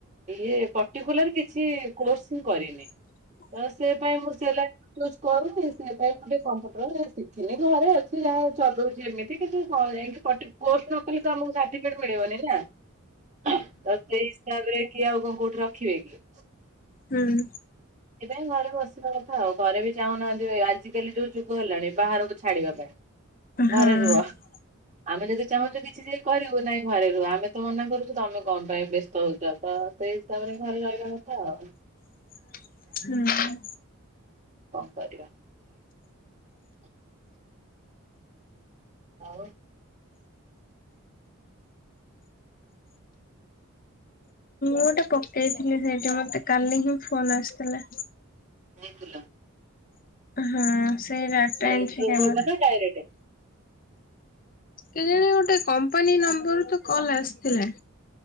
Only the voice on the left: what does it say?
ହ <inaudible>
ହୁଁ।
ହଁ
ହୁଁ।
ମୁଁ ଗୋଟେ ପକେଇଥିଲି ସେଇଠି ମତେ କାଲି ହିଁ ଫୋନ ଆସିଥିଲା।
ହୁଁ ସେଇ ଡାଟା
ଏଣ୍ଟ୍ରି
କାମରେ।
କେଜାଣି ଗୋଟେ କମ୍ପାନୀ ନମ୍ବର ରୁ ତ କଲ୍ ଆସିଥିଲା।